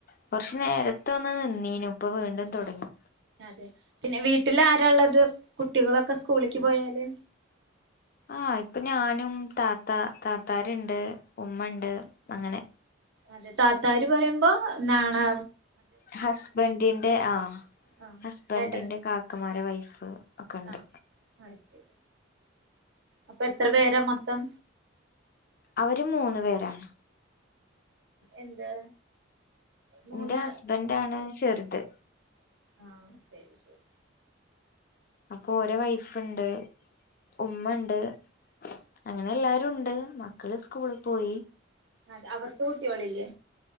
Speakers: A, on the left; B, on the right.
A: കുറച്ച് നേരത്തെ ഒന്ന് നിന്നീനു ഇപ്പ വീണ്ടും തുടങ്ങി
B: അതെ പിന്നെ വീട്ടിൽ ആരാള്ളത് കുട്ടികളൊക്കെ സ്കൂളിക്ക് പോയാല്
A: ആഹ് ഇപ്പൊ ഞാനും താത്താ താത്താരുണ്ട് ഉമ്മണ്ട് അങ്ങനെ
B: അതെ താത്താര് പറയുമ്പോ നാണാ
A: ഹസ്ബൻഡിന്റെ ആഹ്
B: ആ
A: ഹസ്ബൻഡിന്റെ
B: ഏട്ടൻ
A: കാ ക്കമാരെ വൈഫ് ഒക്കെ ഇണ്ട്.
B: ആ അത് ശരി. അപ്പെത്ര പേരാ മൊത്തം?
A: അവരും മൂന്ന് പേരാണ്.
B: എന്ത്? മൂന്ന്
A: ഇന്റെ ഹസ്ബൻഡാണ് ചെറുത്.
B: ആഹ് ശരി ശരി.
A: അപ്പൊ ഓരെ വൈഫ് ഇണ്ട്, ഉമ്മ ഇണ്ട്. അങ്ങനെ എല്ലാരും ഉണ്ട് മക്കള് സ്കൂള് പോയി.
B: അത അവർക്ക് കുട്ട്യോളില്ലേ?